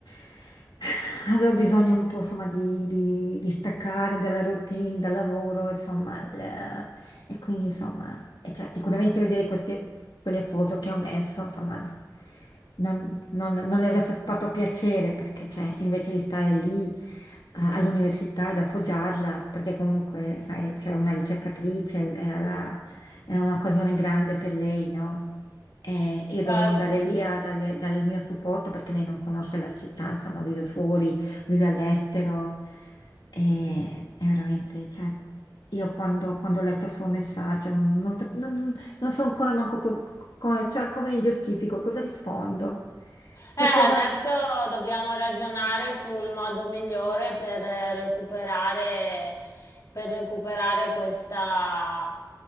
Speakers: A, on the left (about 80°); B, on the left (about 50°).
A: <sighs> avevo bisogno un po', insomma, di, di- di staccare dalla routine, dal lavoro, insomma, e quindi, insomma, e cioè, sicuramente vedere queste, quelle foto che ho messo, insomma, non, non- non le avrà fatto piacere perché, cioè, invece di stare lì eh, all'università ad appoggiarla, perché comunque, sai, cioè, una ricercatrice l- era, la- era un'occasione grande per lei, no? E io
B: Certo.
A: dovevo andare lì a darle, darle il mio supporto perché lei non conosce la città, insomma, vive fuori, vive all'estero. E è veramente, cioè, io quando, quando ho letto il suo messaggio non, non sap- non- non non so ancora manco co- co- cioè, come mi giustifico, cosa rispondo. Cioè,
B: Eh, adesso
A: cosa...
B: dobbiamo ragionare sul modo migliore per eh, recuperare, per recuperare questa,